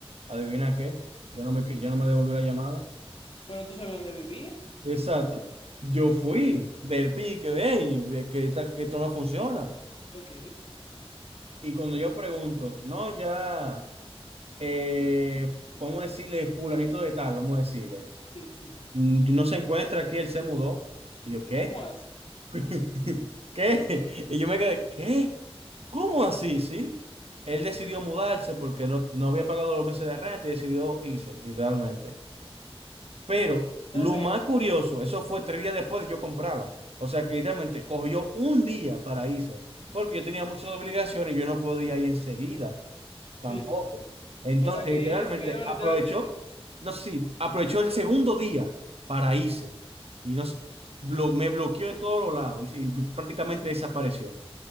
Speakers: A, on the right; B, on the left.
A: ¿Adivina qué? Ya no me, ya no me devolvió la llamada.
B: Pero tú sabes dónde vivía.
A: Exacto. Yo fui del pique, hey, ve que, esta- que esto no funciona.
B: Ok,
A: Y cuando yo pregunto, no, ya, eh, vamos a decirle fulanito de tal, vamos a decirle,
B: sí, sí.
A: "Mm, no se encuentra aquí, él se mudó. Y yo, ¿qué?
B: ¿Cómo así?
A: <laughs> ¿Qué? Y yo me quedé, ¿qué? ¿Cómo así, sí? Él decidió mudarse porque no, no había pagado los meses de renta y decidió irse, literalmente. Pero
B: No,
A: lo
B: no me
A: más
B: jodas.
A: curioso, eso fue tres días después de yo comprarla. O sea que literalmente cogió un día para irse, porque yo tenía muchas obligaciones y yo no podía ir enseguida tampoco.
B: Sí, sí, sí.
A: Entonces,
B: O sea que
A: literalmente
B: él esperó
A: aprovechó,
B: literalmente.
A: no sé si aprovechó el segundo día para irse y nos, blo- me bloqueó de todos los lados y, y prácticamente desapareció.